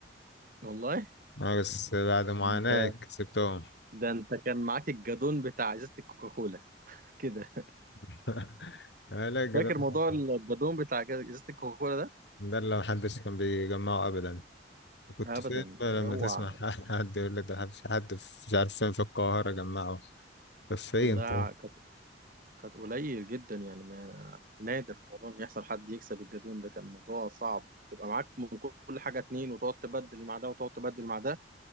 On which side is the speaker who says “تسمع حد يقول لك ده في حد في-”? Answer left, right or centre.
Left